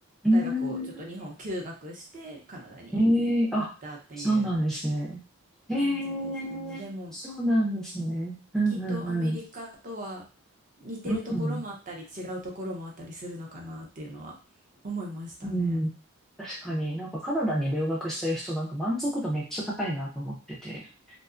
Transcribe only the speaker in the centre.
う
ーん。へえ、あ、そうなんですね。へえ、
そうなんですね。うんうんうん。
うん
うん。確かになんかカナダに留学してる人なんか満足度めっちゃ高いなと思ってて。